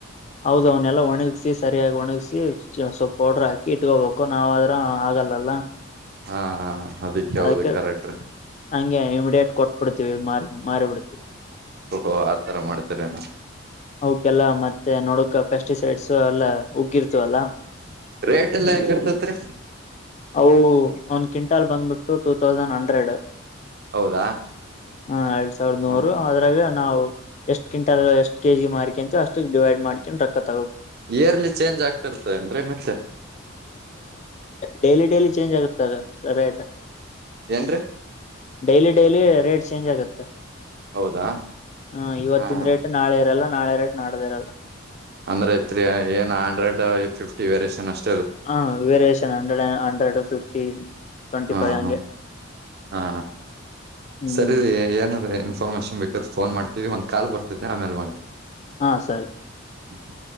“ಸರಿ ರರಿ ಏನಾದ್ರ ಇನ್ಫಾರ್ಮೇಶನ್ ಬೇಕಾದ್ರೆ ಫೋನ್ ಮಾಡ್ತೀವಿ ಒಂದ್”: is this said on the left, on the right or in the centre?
Right